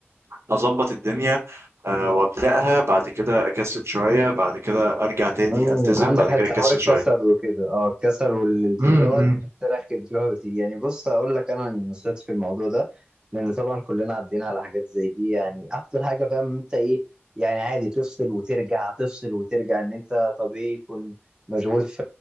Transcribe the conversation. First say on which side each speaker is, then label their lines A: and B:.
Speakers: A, on the right (about 70°); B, on the right (about 20°).
A: اظبط الدنيا آه وابداها بعد كده اكسل شويه بعد كده ارجع تاني
B: امم
A: التزم
B: عندك
A: بعد
B: حتى
A: كده اكسل
B: حوار الكسل
A: شويه
B: وكده اه الكسل والالتزام
A: امم
B: دوت بتروح بتروح وتيجي يعني بص اقول لك انا نصيحتي في الموضوع ده لان طبعا كلنا عدينا على حاجات زي دي يعني افضل حاجه فاهم انت ايه يعني عادي تفصل وترجع تفصل وترجع ان انت طبيعي يكون مشغول في